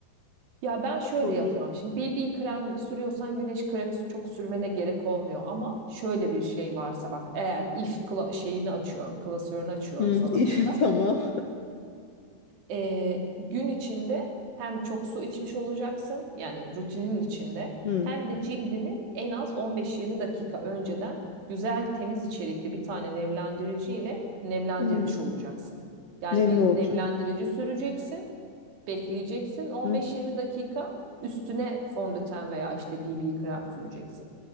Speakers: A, on the right; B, on the left.
A: Ya ben şöyle
B: Nasıl oluyor?
A: yapıyorum. Şimdi BB krem sürüyorsan güneş kremi çok sürmene gerek olmuyor ama şöyle bir şey varsa bak eğer if kla- şeyini açıyorum, klasörünü açıyorum
B: Hı,
A: sana
B: iyi
A: burada.
B: <laughs> tamam.
A: Ee, gün içinde hem çok su içmiş olacaksın yani rutinin içinde
B: Hı,
A: hem de cildini en az 15-20 dakika önceden güzel temiz içerikli bir tane nemlendirici ile nemlendirmiş
B: hı.
A: olacaksın. Yani
B: Nemli
A: bir
B: olacağım.
A: nemlendirici süreceksin. Bekleyeceksin 15-20
B: Hı hı.
A: dakika üstüne fondöten veya işte BB krem süreceksin.